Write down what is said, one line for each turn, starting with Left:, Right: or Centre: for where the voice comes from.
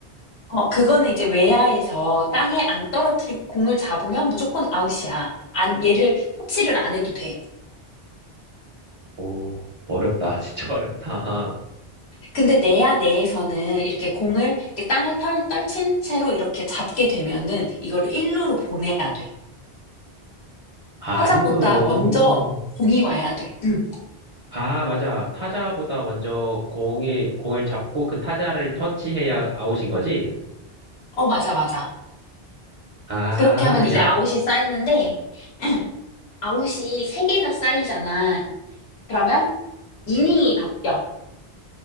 Left: 어, 그거는 이제 외야에서 땅에 안 떨어뜨리고 공을 잡으면 무조건 아웃이야. 안, 얘를 터치를 안 해도 돼.
Right: 오, 어렵다. <laughs> 진짜 어렵다.
Left: 근데 내야 내에서는 이렇게 공을 이렇게 땅에 털, 떨친 채로 이렇게 잡게 되면은 이거를 일루로 보내야 돼.
Right: 아,
Left: 타자보다
Right: 일루로.
Left: 먼저 공이 와야 돼. 응.
Right: 아, 맞아. 타자보다 먼저 공이, 공을 잡고 그 타자를 터치해야 아웃인 거지?
Left: 어, 맞아, 맞아.
Right: 아,
Left: 그렇게 하면
Right: 이제,
Left: 이제
Right: 아,
Left: 아웃이 쌓이는데, 응. 아웃이 세 개 다 쌓이잖아. 그러면 이닝이 바뀌어.